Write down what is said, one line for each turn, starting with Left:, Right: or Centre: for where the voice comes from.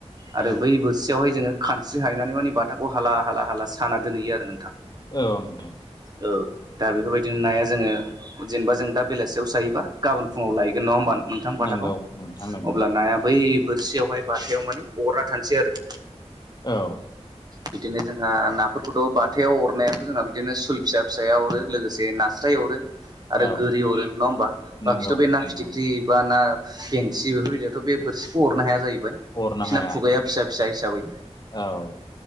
Right: आरो
Left: औ
Right: बै बोसियावहाय जोङो खानस्रि हायनानै माने बाथाखौ हाला -हाला- हाला साना दोनहैयो आरो नोंथां।
Left: औ नोंथां
Right: औ दा बेफोरबायदिनो नाया जोङो जेनेबा जों दा बेलासियाव जायोबा गाबोन फुङाव लायगोन नङा होनोमबा नोंथां बाथाखौ
Left: नंगौ नोंथां नंगौ
Right: अब्ला नाया बै बोरसियावहाय बथायाव माने अरना थानोसै आरो।
Left: औ
Right: बिदिनो जोंहा नाफोरखौथ' बाथायाव अरनायाथ' जोंहा बिदिनो सुल फिसा फिसाया अरो लोगोसे ना हास्राय अरो
Left: औ
Right: आरो गोरि अरो नङा होमबा
Left: नंगौ
Right: बाखिथ' बे ना
Left: नोंथां
Right: फिथिख्रि बा ना बेेंसि बेफोरबायदियावथ' बे बोरसिखौ अरनो हाया जाहैबाय बिसिना
Left: हरनो हाया
Right: खुगाया फिसा -फिसा हिसाबै
Left: औ